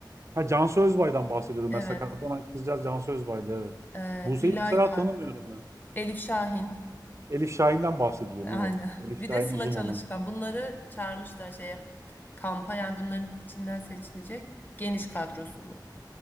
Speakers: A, on the right; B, on the left.
A: Ha Cansu Özbay'dan bahsediyordum.
B: Evet.
A: Mesela sakatlanan kızcağız Cansu Özbay'dı evet.
B: Ee,
A: Buse'yi
B: Dilay
A: mesela
B: var.
A: tanımıyorum ben.
B: Elif Şahin.
A: Elif Şahin'den bahsediyorum
B: Aynen.
A: evet. Elif
B: Bir
A: Şahin
B: de Sıla
A: uzun
B: Çalışkan.
A: olan.
B: Bunları çağırmışlar şeye. Kampa yani bunların içinden seçilecek geniş kadrosu bu.